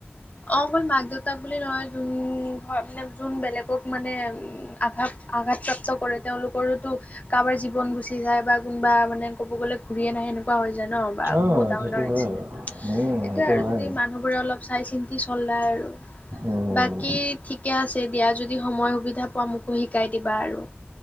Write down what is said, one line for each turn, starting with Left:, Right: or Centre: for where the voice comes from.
Left: অঁ অকল মাক দেউতাক বুলি নহয়, যোন ঘ মানে যোন বেলেগক মানে- আঘাত আঘাতপ্ৰাপ্ত কৰে। তেওঁলোকৰোতো কাৰবা জীৱন গুচি যায় বা কোনোবা মানে ক'ব গ'লে ঘূৰিয়ে নাহে এনেকুৱা হৈ যায় ন। বা
Right: অ
Left: বহুত ডাঙৰ,
Right: সেইটো
Left: ডাঙৰ এক্সিডেন্টত।
Right: হয় উম
Left: সেইটোয়ে
Right: সেইটো
Left: আৰু
Right: হয়
Left: যদি মানুহ বোৰে অলপ চাই চিন্তি চলাই আৰু।
Right: উম
Left: বাকী ঠিকে আছে দিয়া যদি সময় সুবিধা পোৱা মোকো শিকাই দিবা আৰু।